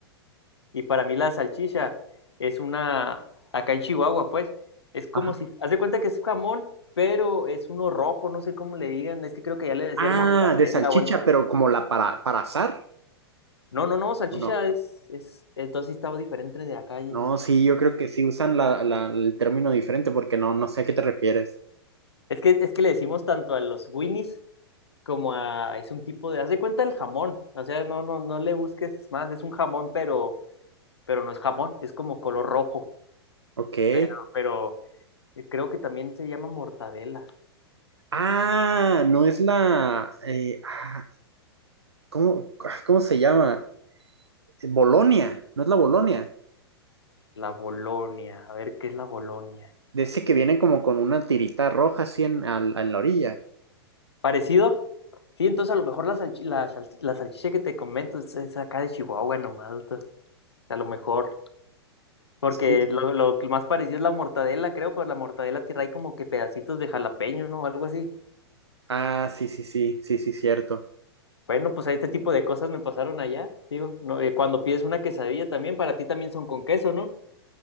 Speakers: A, on the left; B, on the right.
A: Y para mí la salchicha es una, acá en Chihuahua, pues, es como
B: ajá.
A: si, haz de cuenta que es jamón, pero es uno rojo, no sé cómo le digan, es que creo que ya le decían
B: Ah,
A: mortadela
B: de salchicha,
A: o algo así.
B: pero como la para, para asar,
A: No, no, no, salchicha
B: ¿o no?
A: es, es, entonces sí estaba diferente de acá y
B: No,
A: en
B: sí, yo creo que sí usan la, la- el término diferente porque no, no sé a qué te refieres.
A: Es que, es que le decimos tanto a los Winnies como a. Es un tipo de. Haz de cuenta el jamón. O sea, no, no, no le busques más. Es un jamón, pero, pero no es jamón. Es como color rojo.
B: Ok.
A: Pero, pero eh, creo que también se llama mortadela.
B: Ah, no es la... eh, ah, ¿cómo, ah, cómo se llama? Eh, Bolonia, no es la Bolonia.
A: La Bolonia. A ver qué es la Bolonia.
B: De ese que viene como con una tirita roja así en, al- en la orilla.
A: ¿Parecido? Sí, entonces a lo mejor la, salchi- la, salchi- la salchicha que te comento es, es acá de Chihuahua nomás. to- A lo mejor. Porque
B: Sí,
A: lo, lo que más parecido es la mortadela, creo, pero la mortadela tira ahí como que pedacitos de jalapeño, ¿no? O algo así.
B: Ah, sí, sí, sí, sí, sí, cierto.
A: Bueno, pues este tipo de cosas me pasaron allá, digo. No, eh, cuando pides una quesadilla también, para ti también son con queso, ¿no?